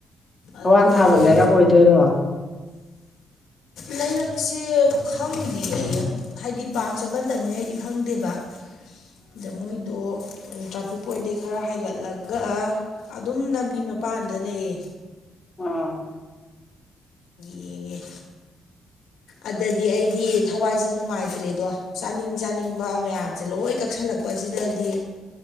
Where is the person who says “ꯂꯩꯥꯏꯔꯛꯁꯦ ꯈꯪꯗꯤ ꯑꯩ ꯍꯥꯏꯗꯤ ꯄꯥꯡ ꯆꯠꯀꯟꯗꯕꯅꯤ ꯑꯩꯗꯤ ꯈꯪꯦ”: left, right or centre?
Left